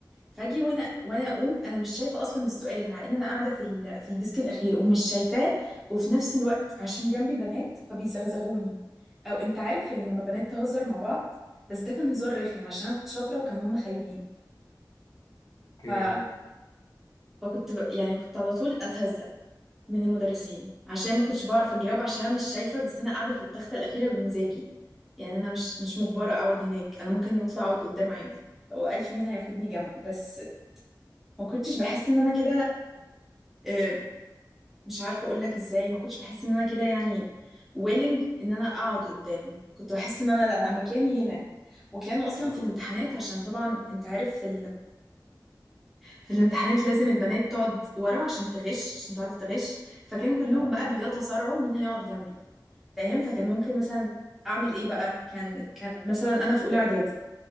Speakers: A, in the centre; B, on the left.
A: فاجي وانا وانا اقوم انا مش شايفه اصلا السؤال مع ان انا قاعده في ال... في الديسك الاخير ومش شايفاه وفي نفس الوقت عشان جنبي بنات فبيزغزغوني او انت عارف يعني لما بنات تهزر مع بعض بس ده كان هزار رخم عشان انا كنت شاطره وكان هم خايبين
B: اوكي
A: ف... مم. فكنت ب- يعني كنت على طول اتهزق من المدرسين عشان ما كنتش بعرف اجاوب عشان أنا مش شايفه بس انا قاعده في التخته الاخيره بمزاجي يعني انا مش مش مجبره اقعد هناك انا ممكن نطلع اقعد قدام عادي هو ألف مين هياخدني جنبه بس ما كنتش بحس ان انا كده آه، مش عارفه اقول لك ازاي ما كنتش بحس ان انا كده يعني willing ان انا اقعد قدام كنت بحس ان انا لا انا مكاني هنا وكانوا اصلا
B: اه
A: في الامتحانات عشان طبعا انت عارف في في الامتحانات لازم البنات تقعد ورا عشان تغش عشان تعرف تغش فكان كلهم
B: آه.
A: بقى بيتصارعوا مين هيقعد جنبي فاهم فكان ممكن مثلا اعمل ايه بقى كان كان مثلا انا في اولى اعدادي